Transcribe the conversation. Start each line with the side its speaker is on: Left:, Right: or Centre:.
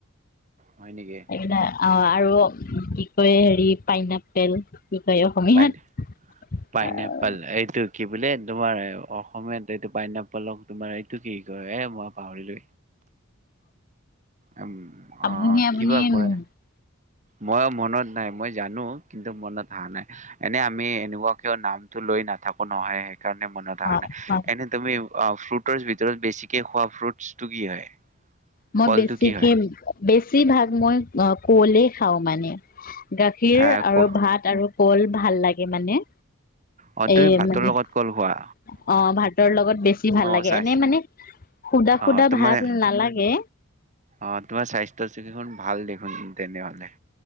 Right: হয় নেকি
Left: সেইনে আ
Right: অ
Left: আৰু কি। হয় হেৰি পাইনাপেল। কি কয় অসমীয়াত
Right: পাই পাইনএপল
Left: আহ।
Right: এইটো কি বোলে তোমাৰ অঁ। সমে এইটো পাইনপলক তোমাৰ। তোক কি ক এ মই পাহৰিলো? উ
Left: আপুনি
Right: অ
Left: আপুনি
Right: কিবা কয়।
Left: উম
Right: মই মনত নাই মই জানো কিন্তু মনত হহা নাই। এনে আমি এনেকুৱাকেও নাম। লৈ নাথাকো নহয়। কাৰ মন থ
Left: অ
Right: নাই এনে তমি। ফ্ৰুটৰ ভিতৰত বেছিকে খোৱা ফ্ৰুটছটো কি হয়।
Left: মই
Right: ফলটো
Left: বেছিকে
Right: কি হয়
Left: বেছ। বেছিভাগ মই অ কঁৱলেই খাওঁ মানে। গাখীৰ
Right: আহ ক
Left: আৰু ভাত আৰু। কল ভাল লাগে মানে।
Right: অ তুমি
Left: এ
Right: ভাতৰ
Left: মানে
Right: লগত
Left: অ
Right: কল খোৱা
Left: ভাতৰ লগত বেছি ভাল
Right: অ
Left: লাগে
Right: চাইছ
Left: এনে মানে সুধা
Right: অ
Left: সুদা
Right: তোমাৰ
Left: ভাত নালাগে।
Right: অ তোমাৰ স্বাস্থ্যছে কি ভাল দেখোন তেনে মলে।